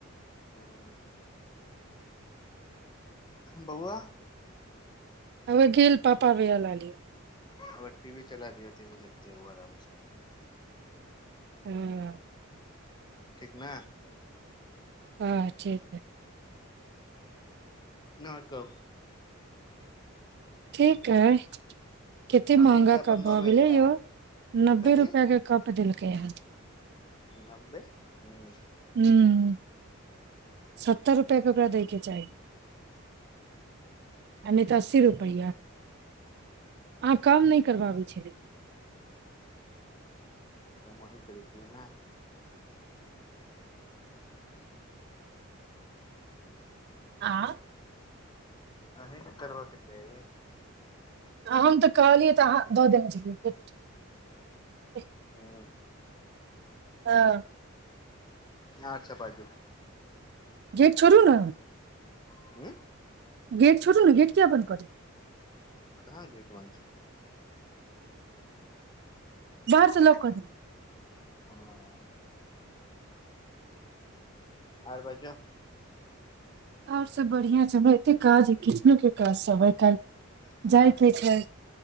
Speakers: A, on the left (about 20°); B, on the right (about 50°).
A: हँ बौआ
B: हबे गेल पापा भैय लाली
A: ओकरा टीवी चला देयो टीवी देखतै ओ आरामसँ
B: हुँ
A: ठीक न
B: हँ ठीक हइ
A: न तो
B: ठीक है कतेक
A: पनीर
B: महँगा
A: चाप
B: कप
A: बनबबैये
B: भऽ गेलै यौ नब्बे
A: कथी
B: रुपैयाकेँ कप देलकै हन
A: नब्बे हूँ
B: हूँ सत्तर रुपया के ओकरा दै के चाही आ नहि तऽ अस्सी रुपैया अहाँ काम नहि करबाबै छलि
A: काम आही करे छऐ न
B: आँ
A: अही न करबा के चाही
B: हम तऽ कहलियै तऽ अहाँ दऽ देने छलै
A: हू
B: हँ
A: अच्छह बाजू
B: गेट छोरु न
A: हूँ
B: गेट छोरू न गेट किया बन्द क देलिये
A: कहाँ गेट बन्द छै
B: बाहरसँ
A: लॉक
B: लोक क
A: कऽ
B: दे
A: दौ हँ आर बाजू
B: आओर सब बढ़िआ छै हमरा एते काज किचनो के काज सब ए काइल
A: अच्छा
B: जाय के छै